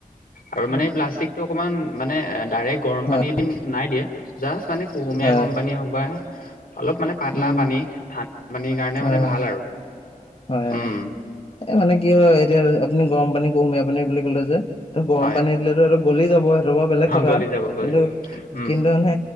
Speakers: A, on the left; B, on the left.
A: আৰু মানে
B: উম
A: এই প্লাষ্টিকটো অকমান মানে ডাইৰেক্ গৰম
B: হয়
A: পানী দি নাই দিয়ে জা মানে কুহুমীয়া
B: হয়
A: গম পানী হওক বা অলপ মানে পাতলা
B: উম
A: পানী ঠানন্দা পানী সেই কাৰণে
B: হয়
A: মানে ভাল আৰু
B: হয়
A: উম,
B: মানে কি হয় এতিয়া আপুনি গৰম পানী কুহুমীয়া পানী বুলি কলে যে ত গৰম
A: হয়।
B: পানী দিলেতো সটো গলি যাব সেইটো বাৰু বেলেগ কথা
A: গলি যাব গলি
B: কিন্তু
A: যাব উম
B: কিন্তু মানে